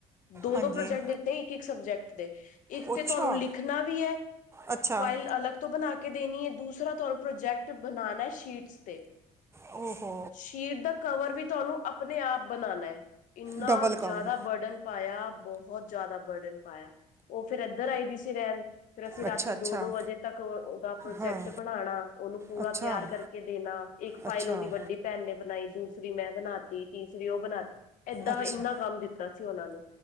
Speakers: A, on the left; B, on the right.
A: ਦੋ-ਦੋ
B: ਹਾਂਜੀ
A: ਪ੍ਰੋਜੈਕਟ ਦਿੱਤੇ ਇੱਕ-ਇੱਕ ਸਬਜੈਕਟ ਦੇ। ਇੱਕ
B: ਅੱਛਾ
A: ਤੇ ਤੁਹਾਨੂੰ ਲਿਖਣਾ ਵੀ ਐ
B: ਅੱਛਾ
A: ਫਾਈਲ ਅਲੱਗ ਤੋਂ ਬਣਾ ਕੇ ਦੇਣੀ ਏ ਦੂਸਰਾ ਤੁਹਾਨੂੰ ਪ੍ਰੋਜੈਕਟ ਬਣਾਣਾ ਸ਼ੀਟਸ ਤੇ।
B: ਓਹ ਹੋ।
A: ਸ਼ੀਟ ਦਾ ਕਵਰ ਵੀ ਤੁਹਾਨੂੰ ਆਪਣੇ ਆਪ ਬਣਾਣਾ ਏ। ਇੰਨਾ
B: ਡਬਲ ਕੰਮ
A: ਜ਼ਿਆਦਾ ਬਰਡਨ ਪਾਇਆ ਬਹੁਤ ਜ਼ਿਆਦਾ ਬਰਡਨ ਪਾਇਆ। ਉਹ ਫੇਿਰ ਇੱਧਰ ਆਈ ਦੀ ਸੀ ਰਹਿਣ ਫਿਰ ਅਸੀਂ
B: ਅੱਛਾ
A: ਰਾਤੀ
B: ਅੱਛਾ
A: ਦੋ-ਦੋ ਵਜੇ ਤੱਕ ਉਹਦਾ ਪ੍ਰੋਜੈਕਟ
B: ਹਾਂ
A: ਬਣਾਣਾ ਉਹਨੂੰ ਪੂਰਾ
B: ਅੱਛਾ
A: ਤਿਆਰ ਕਰਕੇ ਕੇ ਦੇਣਾ ਇੱਕ ਫਾਈਲ
B: ਅੱਛਾ
A: ਉਹਦੀ ਵੱਡੀ ਭੈਣ ਨੇ ਬਣਾਈ ਦੂਸਰੀ ਮੈਂ ਬਣਾ ਤੀ ਤੀਸਰੀ ਉਹ ਬਣਾ ਏਦਾਂ
B: ਅੱਛਾ
A: ਇੰਨਾ ਕੰਮ ਦਿੱਤਾ ਸੀ ਉਹਨਾਂ ਨੇ